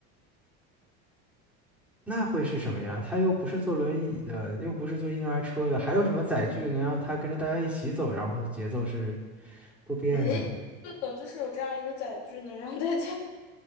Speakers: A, in the centre; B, on the left (about 75°).
A: 那会是什么呀？他又不是坐轮椅的，又不是坐婴儿车的，还有什么载具能让他跟着大家一起走，然后节奏是不变的呢？
B: 哎，是的，就是有这样一个载具，能让大家